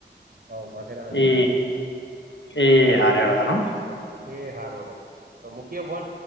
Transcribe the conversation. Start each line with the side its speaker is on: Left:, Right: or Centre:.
Right: હવ માથેરાન જ
Left: એ એ હાર રેવાદ ન
Right: એ હાર વડો તો મૂકીયો ફોન